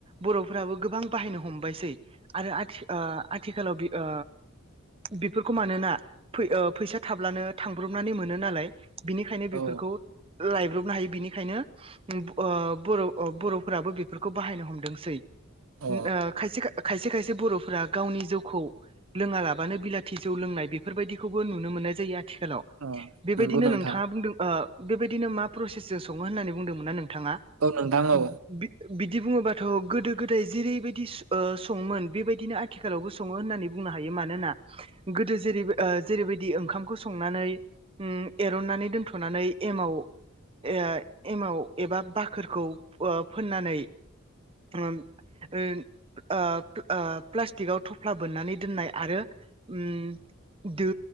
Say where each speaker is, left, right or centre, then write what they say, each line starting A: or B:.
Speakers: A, on the right; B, on the right.
A: बर'फोराबो गोबां बाहायनो हमबायसै आरो आथिं ओ आथिखालाव बि ओ बेफोरखौ मानोना बै ओ फैसा थाब्लानो थांब्रबनानै मोनो नालाय बिनिखायनो बिफोरखौ
B: औ
A: लाइब्रब नाहायो बिनि खायनो ओ बर' बर'फोराबो बेफोरखौ बाहायनो हमदोंसै
B: अ
A: उम ओ खायसे खायसे खायसे बर'फोरा गावनि जौखौ लोङालाबानो बिलाथि जौ लोंनाय बेफोरबायाददिखौबो नुनो मोननाय जायो थिखालाव
B: अ
A: बेबायदिनो
B: नंगौ नोंथां
A: नोंथाङा बुंदों ओ बेबायदिनो मा प्रसेस जो <unintelligible> होननानै बुंदोंमोना नों थाङा
B: औ नोंथां
A: <unintelligible>
B: औ
A: बिदि बुङोबाथ' गोदो गोदाय जेरैबायदि ओ सङोमोन बेबायदिनो आथिखालावबो सङो होननानै बुंनो हायो मानोना गोदो जेरैबो ओ जेरैबायदि ओंखामखौ संनानै उम एरननानै दोनथ'नानै एमाव एय एमाव एबा बाखोरखौ ओ फोननानै उम ओ आ आ प्लास्टिकआव थफ्ला बोननानै दोननाय आरो उम दो